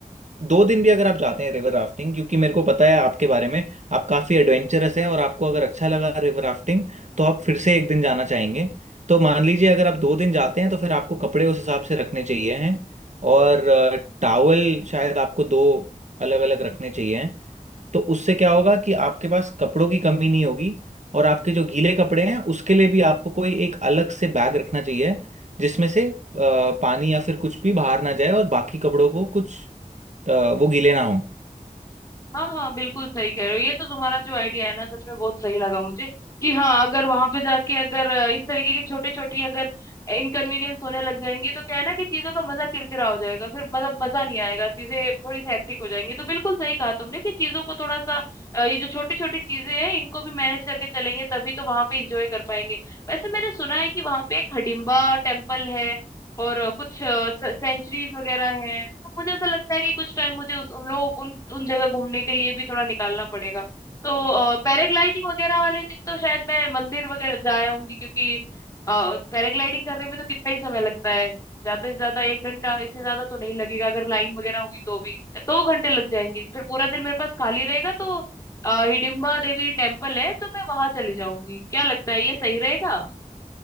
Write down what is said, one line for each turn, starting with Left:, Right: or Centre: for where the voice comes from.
Right: दो दिन भी अगर आप जाते हैं रिवर राफ्टिंग क्योंकि मेरे को पता है आपके बारे में आप काफ़ी एडवेंचरस है और आपको अगर अच्छा लगा रिवर राफ्टिंग तो आप फिर से एक दिन जाना चाहेंगे तो मान लीजिए अगर आप दो दिन जाते हैं तो फिर आपको कपड़े उस हिसाब से रखने चाहिए हैं और टावल शायद आपको दो अलग अलग रखने चाहिए हैं तो उससे क्या होगा कि आपके पास कपड़ों की कमी नहीं होगी और आपके जो गीले कपड़े हैं उसके लिए भी आपको कोई एक अलग से बैग रखना चाहिए जिसमें से अ, पानी या फिर कुछ भी बाहर ना जाए और बाकी कपड़ों को कुछ अ, वो गीले ना हो
Left: हाँ हाँ बिल्कुल सही कह रहे हो ये तो तुम्हारा जो आइडिया है ना सच में बहुत सही लगा मुझे कि हाँ अगर वहां पे जाके अगर अ, इस तरीके की छोटी छोटी अगर इनकन्वीनियंस होने लग जाएंगी तो क्या है ना कि चीजों का मजा किरकिरा हो जाएगा फिर मतलब मजा नहीं आएगा चीजें थोड़ी सी हेक्टिक हो जाएंगी तो बिल्कुल सही कहा तुमने कि चीजों को थोड़ा सा अ, ये जो छोटी छोटी चीजें हैं इनको भी मैनेज करके चलेंगे तभी तो वहां पे इंजॉय कर पाएंगे वैसे मैंने सुना है कि वहां पे एक हडिम्बा टेम्पल है और अ, कुछ सेंचुरीज वगैरह हैं तो मुझे ऐसा लगता है कि कुछ टाइम मुझे उस उन लोग उन उन जगह घूमने के लिए भी थोड़ा निकालना पड़ेगा तो पैराग्लाइडिंग वगैरह वाले दिन तो शायद मैं मंदिर वगैरह जा आऊंगी क्योंकि पैराग्लाइडिंग करने में तो कितना ही समय लगता है ज्यादा से ज्यादा एक घंटा इससे ज्यादा तो नहीं लगेगा अगर लाइन वगैरह हुई तो भी दो घंटे लग जाएंगे फिर पूरा दिन मेरे पास खाली रहेगा तो अ, हिडिंबा देवी टेम्पल है तो मैं वहां चली जाऊंगी क्या लगता है ये सही रहेगा